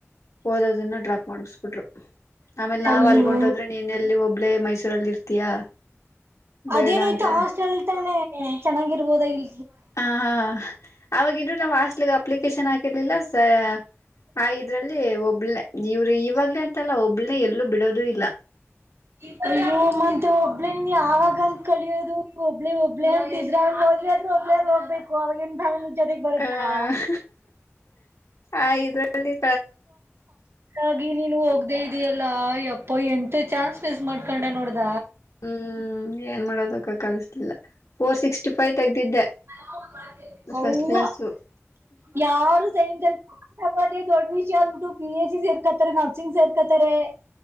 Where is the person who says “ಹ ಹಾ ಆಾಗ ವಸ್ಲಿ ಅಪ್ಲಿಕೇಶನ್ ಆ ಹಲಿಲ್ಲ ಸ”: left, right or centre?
Left